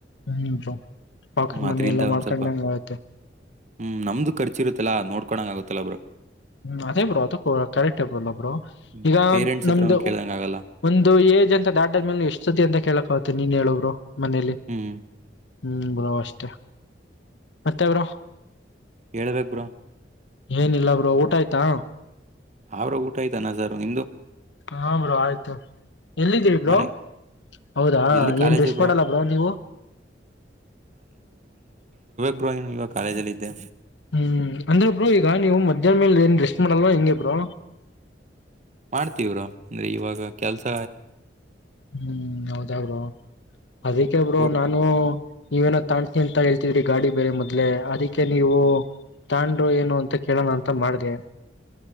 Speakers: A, on the left; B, on the right.
A: ಹ್ಮ್ ಬ್ರೋ ಪಾಕೆಟ್
B: ಹ್ಮ್ ಅದ್ರಿಂದ
A: ಮನಿ ಎಲ್ಲ ಮಾಡ್ಕೊಂಡಂಗ
B: ಒಂದ್ ಸ್ವಲ್ಪ
A: ಆಗುತ್ತೆ
B: ಹ್ಮ್ ನಮ್ದು ಖರ್ಚುರುತ್ತಲ್ಲಾ ನೋಡ್ಕೊಳಂಗ ಆಗುತ್ತೆ. ತಲ ಬ್ರೊ
A: ಹ್ಮ್ ಅದೇ ಬ್ರೋ ಅದು ಕರೆಕ್ಟ್ ಬ್ರೊ ಅಲ್ಲ ಬ್ರೋ.
B: ಹ್ಮ್
A: ಈಗ
B: ಪೇರೆಂಟ್ಸ್
A: ನಮ್ದು
B: ಹತ್ರನು ಕೇಳ್ದಂಗ್ ಆಗಲ್ಲ
A: ಒಂದು ಏಜ್ ಅಂತ ದಾಟದ್ಮೇಲೆ ಎಷ್ಟಸತಿ ಅಂತ ಕೇಳಕ್ ಮ ನೀನ್ ಹೇಳು ಬ್ರೋ. ಮನೇಲಿ
B: ಹ್ಮ್
A: ಹ್ಮ್ ಬ್ರೋ ಅಷ್ಟೇ ಮತ್ತೆ ಬ್ರೋ?
B: ಹೇಳ್ಬೇಕ ಬ್ರೊ.
A: ಏನಿಲ್ಲ ಬ್ರೋ ಊಟ ಆಯ್ತಾ?
B: ಅ ಬ್ರೋ ಊಟ ಆಯ್ತು ಅನ್ನಸಾರು ನಿಂದು?
A: ಹಾ ಬ್ರೋ ಆಯ್ತು ಎಲ್ಲಿದ್ದೀರಿ ಬ್ರೋ
B: ಮನೆ
A: ಹೌದಾ
B: ಎಲ್ಲಿ ಕಾಲೇಜು
A: ಏನ್ ರೆಸ್ಟ್ ಮಾಡಲ್ಲ ಬ್ರೋ ನೀವು.
B: ಇಬ್ನು ಇವಾಗ ಕಾಲೇಜ ಅಲ್ಲಿದ್ದೆ
A: ಹ್ಮ್ ಅಂದ್ರೆ ಬ್ರೋ ಈಗ ನೀವು ಮಧ್ಯಾಹ್ನ ಮೇಲೆ ಏನ್ ರೆಸ್ಟ್ ಮಾಡಲ್ವ ಹೆಂಗೆ ಬ್ರೋ
B: ಮಾಡ್ತೀವ್ರಾ ಅಂದ್ರೆ ಇವಾಗ ಕೆಲ್ಸ
A: ಹ್ಮ್ ಹೌದಾ ಬ್ರೋ ಅದಕ್ಕೆ ಬ್ರೋ
B: ವರ್
A: ನಾನು ನೀವೇನೋ ತಾಣ್ತನಿ ಅಂತ ಹೇಳ್ತಿದ್ರಿ ಗಾಡಿ ಬೇರೆ ಮೊದ್ಲೆ ಅದಿಕ್ಕೆ ನೀವು ತಾಣ್ರರು ಏನು ಅಂತ ಕೇಳೋಣ ಅಂತ ಮಾಡ್ದೆ